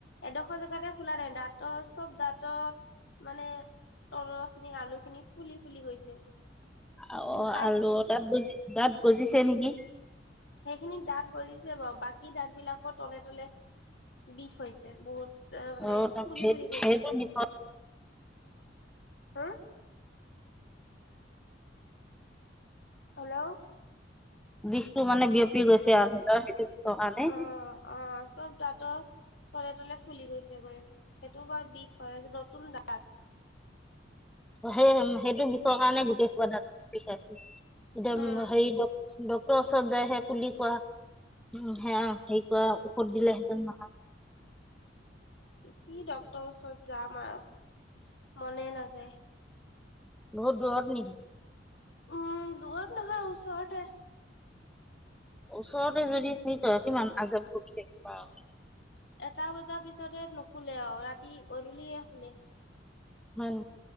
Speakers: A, on the left (about 65°); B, in the centre.
A: এডোখৰ জেগাতে ফুলা নাই দাঁতৰ চব দাঁতৰ মানে তলৰ খিনি আলু খিনি ফুলি ফুলি গৈছে।
B: অ
A: বিষাই
B: আলুঅ
A: থাকে
B: তাত বজ দাতঁ গজিছে নেকি?
A: সেইখিনিত দাঁত গজিছে বাৰু বাকী দাঁত বিলাকৰ তলে তলে বিষ হৈছে বহুত। এ মানে
B: অ
A: ফুলি
B: সেই
A: ফুলি গৈছে।
B: সেইটো বিষত
A: হা? হেল্ল'।
B: বিষটো মানে বিয়পি গৈছে আৰু বিষৰ কাৰণে
A: অ অ চব দাঁতৰ তলে তলে ফুলি গৈছে গৈ। সেইটো বাৰু বিষ হয় নতুন দাঁত।
B: সেই সেইটো বিষৰ কাৰণে গোটেই সোপা দাঁত বিষাইছে। এতিয়া
A: উম
B: হেৰি ডক-ডক ৰ ওচৰত যায় হে কুলি কৰা উ হেয়া হেৰি কৰা ঔষধ দিলে হেতেন নহয়।
A: কি ডক্টৰৰ ওচৰত যাম আৰু। মনে নাযায়।
B: বহুত দূৰত নেকি?
A: উম দূৰত নহয় ওচৰতে।
B: ওচৰতে যদি হেই কৰে কিমান আজৱ খুলিলে বা
A: এটা বজাৰ পিছতে হে নোখোলে আৰু ৰাতি গধূলিহে খোলে।
B: হম